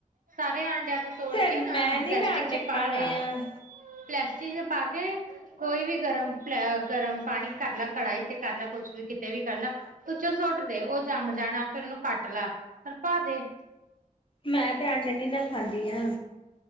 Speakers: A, on the right; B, on the left.
A: ਸਾਰੇ ਆਂ ਨੂੰ ਤੋੜ
B: ਤੇ
A: ਕੇ
B: ਮੈਂ
A: ਨਾ
B: ਨੀ
A: ਪਲਾਸਟਿਕ
B: ਨਾ ਆਂਡੇ
A: ਚ
B: ਖਾਣੇ
A: ਪਾ ਲਾ।
B: ਆ
A: ਪਲਾਸਟਿਕ ਚ ਪਾ ਕੇ ਕੋਈ ਵੀ ਗਰਮ ਪ ਗਰਮ ਪਾਣੀ ਕਰ ਲਾ ਕੜਾਹੀ ਤੇ ਕਰ ਲਾ ਕੁਛ ਵੀ ਕਿਤੇ ਵੀ ਕਰ ਲਾ ਤੁ ਸੁੱਟ ਦੇ ਉਹ ਜੰਮ ਜਾਣਾ ਫੇਰ ਉਹਨੂੰ ਕੱਟ ਲਾ ਫੇਰ ਪਾ ਦੇ
B: ਮੈਂ ਤੇ ਆਂਡੇ ਨੀ ਨਾ ਖਾਂਦੀ ਆ